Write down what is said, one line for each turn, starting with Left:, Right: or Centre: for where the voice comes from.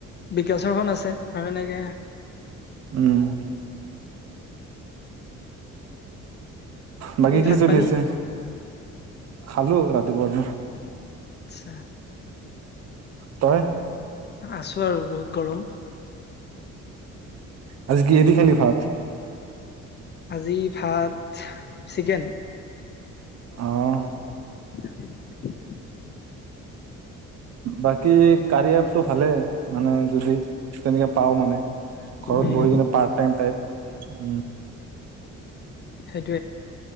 Left: বিকাশৰখন আছে আৰু এনেকে-।
Right: উমঁ। বাকী কিঁ
Left: ভাত
Right: চলি
Left: পানী
Right: আছে? খালো ৰাতিপুৱা।
Left: আচ্ছা।
Right: তই?
Left: আছো আৰু বহুত গৰম
Right: আজি কিহে দি খালি ভাত?
Left: আজি ভাত, চিকেন।
Right: অঁ।
Left: <unintelligible>
Right: বাকী কাৰয়া এপটো ভালে মানে যদি তেনেকে পাওঁ মানে। ঘৰত
Left: উম
Right: বহি কিনে পাৰ্ট টাইম টাইপ।
Left: সেইটো।